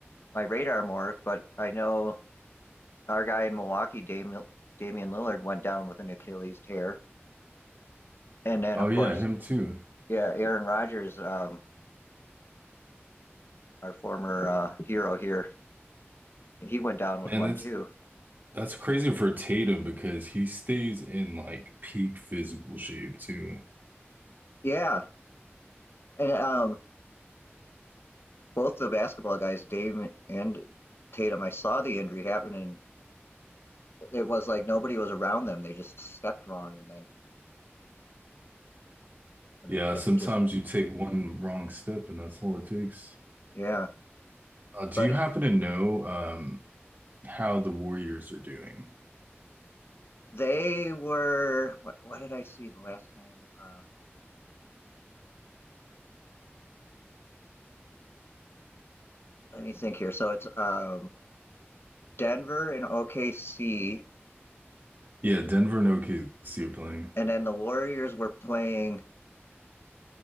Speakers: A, on the left; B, on the right.
A: my radar more, but I know our guy in Milwaukee, Damian, Lillard, went down with an Achilles tear. And then,
B: Oh
A: of
B: yeah,
A: course,
B: him too.
A: yeah, Aaron Rodgers, um, our former uh, hero here, he went down with
B: And
A: one
B: that's
A: too.
B: that's crazy for Tatum because he stays in like peak physical shape too.
A: Yeah, and um, both the basketball guys, Dame and Tatum, I saw the injury happen, and it was like nobody was around them. They just stepped wrong, and then and
B: Yeah,
A: then I guess
B: sometimes
A: it just
B: you take one wrong step and that's all it takes.
A: yeah.
B: Uh, do
A: But
B: you happen to know um, how the Warriors are doing?
A: they were what, what did I see the last time? Uh, let me think here. So it's um, Denver and OKC,
B: Yeah, Denver and OKC are playing.
A: and then the Warriors were playing.